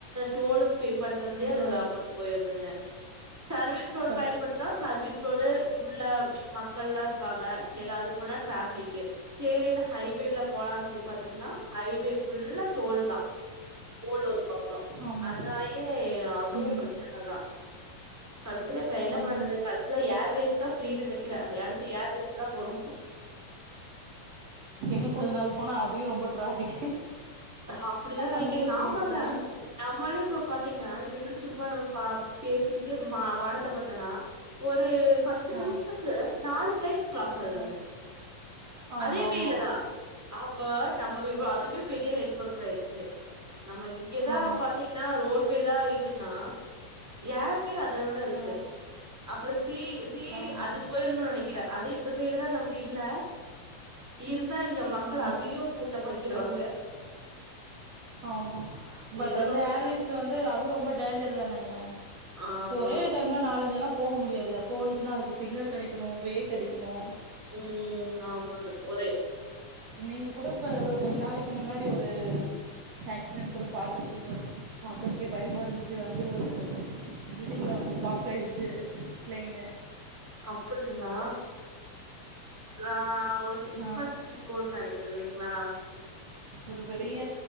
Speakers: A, in the centre; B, on the right.
A: டோலுகு பே பண்றதிலே அது
B: ஆ
A: அமௌண்ட் போயிருதுங்க சர்வீஸ் ரோடு
B: சரி
A: பயன்படுத்துனா சர்வீஸ் ரோடு உள்ள மக்கள்ளார் ப்பாங்க சேரி அது போனா டராபிகு சேரினு ஹைவேல போலா சொல்லி பாத்தோம்னா ஹவே ஃபுல்லா டோல் தா டோல் ஒரு பக்கோ
B: ஆமா
A: அதனாலயே அதுவு
B: ம்
A: பிரச்சனதா <inaudible> கடைசில இப்ப என்ன
B: ம்
A: பண்றது கடைசில யார் வேஸ்டா ஃப்ரீதனே க்கிற அத அடுத்து யேர்வேஸ்லதா போனு ம்
B: ன் கொஞ்ச நாள் போனா அதையு ரொம்ப டிராபிக்
A: அப்பிடிதா நினைக்கிறேங்க
B: அந்த மாரி பண்ணிட்டு
A: ஆமாங்க
B: இருக்கற
A: நம்மாலே இப்ப பாத்தீங்கனா இங்க இன்னும் சும்மா நம்ம பா பேசிட்டு மா வானத்த பாத்தோன்னா ஒரு பத்து நிம்ஷத்துக்கு
B: ஆ
A: நாலு ஃப்ளைட்டு கிராஸ் ஆகுதுங்க
B: ஆ ஆமா
A: அதே
B: ஆமா
A: வேல தான் அப்ப நம்ம எவ்வளவு அதுவே பெரிய நெட்டு வொர்காயிடுச்சி நம்ம இங்கதான்
B: ஆமா
A: பாத்தீங்ன்னா ரோட்வேதான் இதுன்னா ஏர்வே அத விட இருக்கு
B: ஆ
A: அப்புறம் சி சி
B: ஆமா
A: அதுக்கு போயிட்றனு நினைக்க இத அதை இந்த சைடு தான் நமக்கு இல்ல இருந்தா மக்கள்
B: ஆ
A: அதையும் கூட்டமாக்கி வித்துடுவாங்க
B: ஆமா பட்
A: எத
B: வந்து
A: நோக்கி
B: ஏர்வேஸ்
A: நம்
B: வந்து அது ரொம்ப டேஞ்சர் தானேங்க
A: ஆமா
B: இப்ப ஒரே டைம்ல நாலஞ்சுலாம் போக முடியாது போணுச்சுனா அதுக்கு சிக்னல் கெடைக்கணும் வே கெடைக்கணும்
A: ஹும் ஆமாங்க ஒரே
B: நீங்கூட இப்ப ஒரு கொஞ்ச நாளைகு முன்னாடி ஒரு ஆக்சிடென்ட் கூட பாத்திருப்பீங்க பாக்றதுக்கே பயமா இருந்துச்சி வந்து ஒரு பில்டிங்ல வந்து பார்க் ஆயிடுச்சி ப்ளெய்னூ
A: அப்படிங்களா ரா ஒரு சிக்ஸ்
B: ஆ
A: மந் போர்னு நெனகிறே இல்லங்ளா
B: ஒரு பெரிய